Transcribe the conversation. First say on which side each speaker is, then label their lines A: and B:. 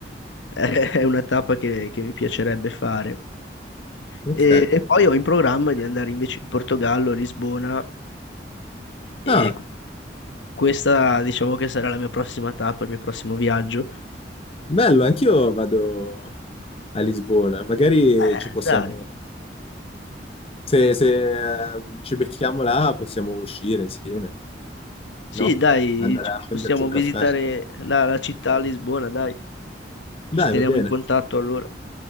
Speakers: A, on the left (about 90°); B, on the left (about 30°).
A: <laughs> è una tappa che, che mi piacerebbe fare.
B: Ok.
A: E, e poi ho in programma di andare invece in Portogallo, Lisbona, e
B: Ah,
A: qu- questa diciamo che sarà la mia prossima tappa, il mio prossimo viaggio.
B: bello, anch'io vado a Lisbona. Magari
A: Eh,
B: ci possiamo,
A: dai.
B: se, se, eh, ci becchiamo là, possiamo uscire insieme,
A: Sì,
B: no?
A: dai,
B: Andare
A: ci-
B: a
A: possiamo
B: prenderci un caffè.
A: visitare la, la città a Lisbona, dai.
B: Dai,
A: Ci teniamo
B: va bene.
A: in contatto allora.